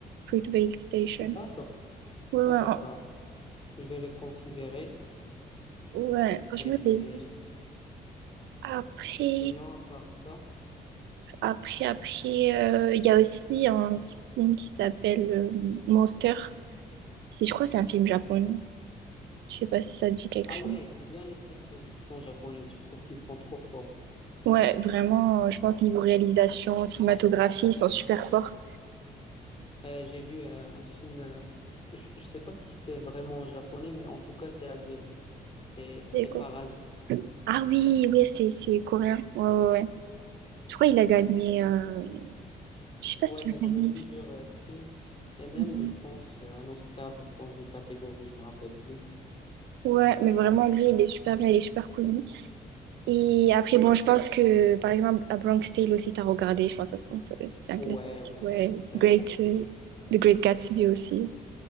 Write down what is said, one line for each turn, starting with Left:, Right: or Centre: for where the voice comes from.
Right: Fruitvale Station.
Left: D'accord,
Right: Ouais, ouais,
Left: d'accord.
Right: en-
Left: Bah, je vais le considérer.
Right: ouais, franchement,
Left: Et
Right: je l'ai vu. Après,
Left: sinon, à part ça.
Right: après, après, euh, il y a aussi un film qui s'appelle euh, Monster. Si je crois que c'est un film japonais. Je sais pas si ça te dit quelque
Left: Ah
Right: chose.
Left: ouais, j'aime bien les les productions japonaises. Je trouve qu'ils sont trop forts.
Right: Ouais, vraiment, euh, je pense niveau réalisation, cinématographie, ils sont super forts.
Left: Euh, j'ai vu euh, un film. euh, je ne sais pas si c'est vraiment japonais, mais en tout cas, c'est asiatique. C'est, c'était
Right: Et quoi?
Left: Parasite.
Right: Ah oui, oui, c'est c'est coréen. Ouais, ouais, ouais. Je crois qu'il a gagné. euh, Je sais pas
Left: Ouais,
Right: ce qu'il
Left: il a
Right: a
Left: gagné
Right: gagné.
Left: plusieurs euh, prix. Et même,
Right: Mhm.
Left: je pense, un Oscar dans une catégorie, je me rappelle plus.
Right: Ouais, mais vraiment, lui, il est super bien, il est super connu. Et après, bon, je pense que, par exemple, à Bronx Tale aussi, t'as regardé, je pense, ça ce pense c'est c'est un
Left: Ouais,
Right: classique.
Left: ouais,
Right: Ouais,
Left: c'est un
Right: Great,
Left: classique.
Right: euh, The Great Gatsby aussi.